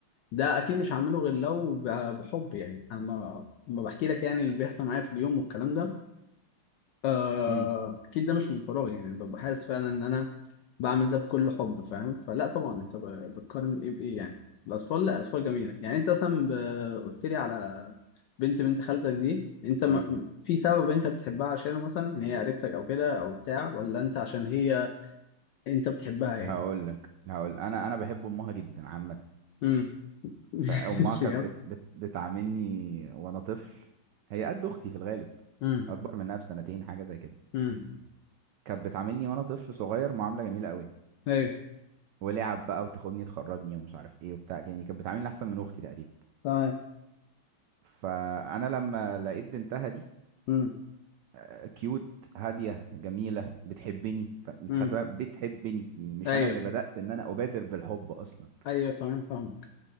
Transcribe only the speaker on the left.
ده اكيد مش هعمله غير لو ب- بحب يعني انا ما ما بحكي لك يعني اللي بيحصل معايا في اليوم والكلام ده آه،
اكيد ده مش من فراغ يعني ببقى حاسس فعلا ان انا بعمل ده بكل حب فاهم فلا طبعا انت ب- بتقارن ايه بايه يعني الاطفال لا الاطفال جميله يعني انت مثلا ب- قلت لي على بنت بنت خالتك دي انت ما...
في سبب انت بتحبها عشانه مثلا ان هي قريبتك او كده او بتاع ولا انت عشان هي انت بتحبها يعني
امم <laughs>
شياب
امم
امم
<laughs> ايوه
تمام
امم
امم
ايوه
ايوه تمام فاهمك